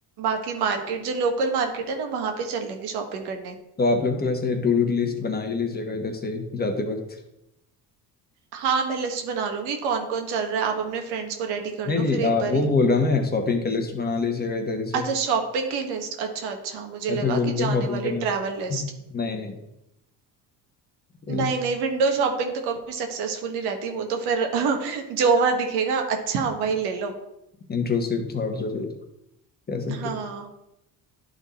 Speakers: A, on the right (about 80°); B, on the left (about 25°).
A: बाकी मार्केट जो लोकल मार्केट है ना वहां पे चल लेंगे शॉपिंग करने
B: तो आप लोग तो वैसे टू डू लिस्ट बना ही लीजिएगा इधर से ही जाते वक्त
A: हाँ मैं लिस्ट बना लूंगी कौन कौन चल रहा है आप अपने फ्रेंड्स को रेडी कर
B: नहीं नहीं
A: लो फिर
B: आ,
A: एक
B: वो
A: बारी
B: बोल रहा मैं शॉपिंग की लिस्ट बना लीजिएगा इधर ही से
A: अच्छा शॉपिंग की लिस्ट अच्छा अच्छा मुझे
B: या
A: लगा
B: फिर रूम
A: कि
B: पे
A: जाने
B: शॉपिंग
A: वाली
B: करने
A: ट्रैवल लिस्ट
B: नहीं नहीं
A: नहीं नहीं विंडो शॉपिंग तो कभी सक्सेसफुल नहीं रहती वो तो फिर <laughs> जो वहां दिखेगा अच्छा वही ले लो
B: इंट्रूसिव थॉट जो भी कह सकते
A: हाँ
B: हो।